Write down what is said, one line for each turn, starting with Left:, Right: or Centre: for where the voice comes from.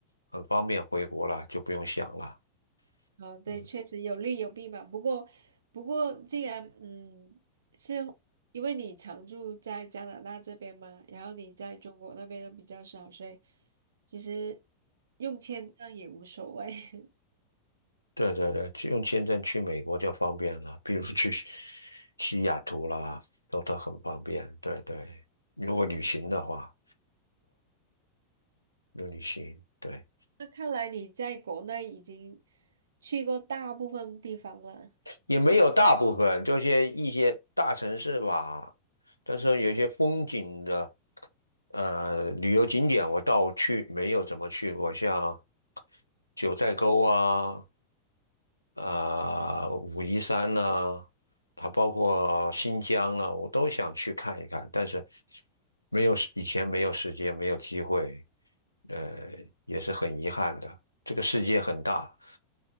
Left: 很方便回国了，就不用想了。
Right: 哦，对，
Left: 嗯。
Right: 确实有利有弊嘛。不过，不过，既然嗯，是因为你常住在加拿大这边嘛，然后你在中国那边又比较少，所以其实用签证也无所谓。<laughs>
Left: 对对对，去用签证去美国就方便了，比如 <laughs> 去西雅图啦，都都很方便。对对，如果旅行的话，如果旅行，对，
Right: 那看来你在国内已经去过大部分地方了，
Left: 也没有大部分，就是一些大城市吧。但是有些风景的呃旅游景点，我倒去没有怎么去过，像九寨沟啊，啊、武夷山呢，还包括新疆呢，我都想去看一看，但是没有时以前没有时间，没有机会，呃，也是很遗憾的。这个世界很大，